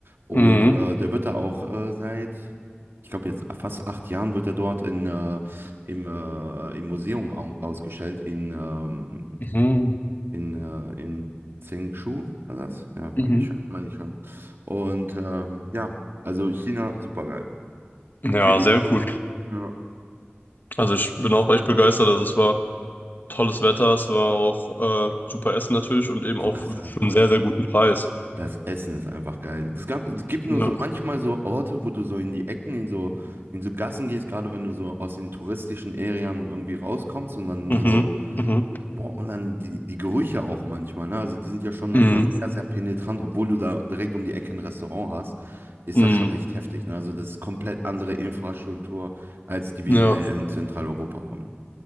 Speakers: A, on the right; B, on the left.
A: und
B: mhm,
A: äh, der wird da auch äh, seit, ich glaube jetzt fast acht Jahren wird er dort in äh, im, äh, im Museum au ausgestellt in, ähm,
B: mhm,
A: in, äh, in Zhengshu, war das? Ja,
B: mhm.
A: meine ich schon, meine ich schon. Und ähm, ja, also China, super geil.
B: Ja,
A: Viel-
B: sehr cool.
A: Ja.
B: Also ich bin auch echt begeistert. Also es war tolles Wetter, es war auch äh, super Essen natürlich und eben
A: Ich
B: auch
A: wollte gerade
B: für
A: sagen,
B: für einen sehr, sehr guten Preis.
A: das Essen ist einfach geil. Es gab, es gibt
B: Ja.
A: nur so manchmal so Orte, wo du so in die Ecken, in so, in so Gassen gehst, gerade wenn du so aus den touristischen Arealen irgendwie rauskommst und dann
B: Mhm,
A: so
B: mhm,
A: Boah, und dann die, die Gerüche auch manchmal, ne? Also die sind ja schon
B: mhm,
A: manchmal sehr, sehr penetrant, obwohl du da direkt um die Ecke ein Restaurant hast, ist
B: mhm.
A: das schon echt heftig, ne? Also das ist komplett andere Infrastruktur, als die wir
B: Ja.
A: hier in Zentraleuropa haben.